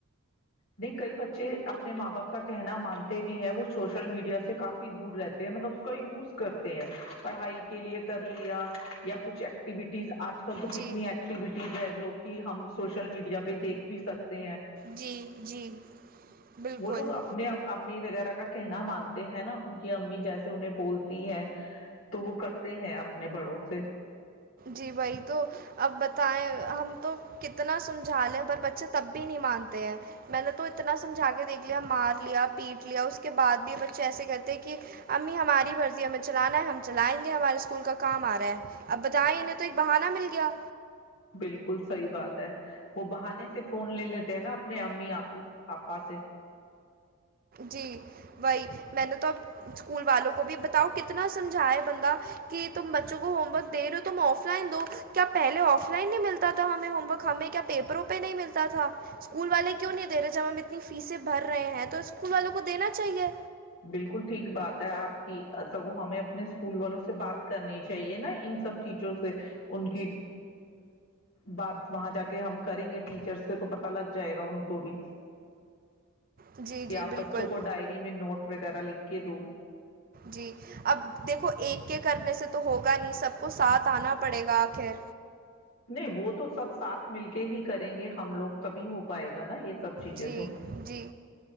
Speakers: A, on the left; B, on the right.
A: نہیں کئی بچے اپنے ماں باپ کا کہنا مانتے بھی ہیں وہ سوشل میڈیا سے کافی دور رہتے ہیں مطلب کا یوز کرتے ہیں پڑھائی کی کے لیے کر لیا یا کچھ ایکٹیویٹی ز آج کل تو
B: جی
A: کتنی ایکٹیویٹیز ہے جو کہ ہم سوشل میڈیا پہ دیکھ بھی سکتے ہیں
B: جی جی بالکل
A: وہ لوگ اپنے امی وغیرہ کا کہنا مانتے ہیں نا ان کی امی جیسے انہیں بولتی ہیں تو وہ کرتے ہیں اپنے بڑوں سے
B: جی وہی تو اب بتائیں ہم تو کتنا سمجھا لیں پر بچے تب بھی نہیں مانتے ہیں میں نے تو اتنا سمجھا کے دیکھ لیا مار لیا پیٹ لیا اس کے بعد بھی بچے ایسے کرتے کہ امی ہماری بھرتی ہمیں چلانا ہے ہم چلائیں گے ہمارے اسکول کا کام آ رہا ہے اب جائیں انہیں تو ایک بہانہ مل گیا
A: بالکل صحیح بات ہے وہ بہانے سے فون لے لیتے ہیں نا اپنے امی آپو آپا سے
B: جی وہی میں نے تو اب اسکول والوں کو بھی بتاؤ کتنا سمجھائے بندہ کہ تم بچوں کو ہوم ورک دے رہے ہو تم آف لائن دو کیا پہلے آف لائن نہیں ملتا تھا ہمیں ہوم ورک ہمیں کیا پیپروں پہ نہیں ملتا تھا اسکول والے کیوں نہیں دے رہے جب ہم اتنی فیسیں بھر رہے ہیں تو اسکول والوں کو دینا چاہیے
A: بالکل ٹھیک بات ہے آپ کی سگو ہمیں اپنے اسکول والوں سے بات کرنی چاہیے نا ان سب ٹیچروں سے ان کی بات وہاں جا کے ہم کریں گے ٹیچر سے تو پت لگ جائے گا ان کو بھی
B: جی
A: کہ
B: جی
A: آپ
B: بالکل
A: بچوں کو ڈائری میں نوٹ وغیرہ لکھ کے دو
B: جی اب دیکھو ایک کے کرنے سے تو ہوگا نہیں سب کو ساتھ آنا پڑے گا آخر
A: نہیں وہ تو سب ساتھ مل کے ہی کریں گے ہم لوگ تبھی ہو پائے گا نا یہ سب چیزیں
B: جی
A: تو
B: جی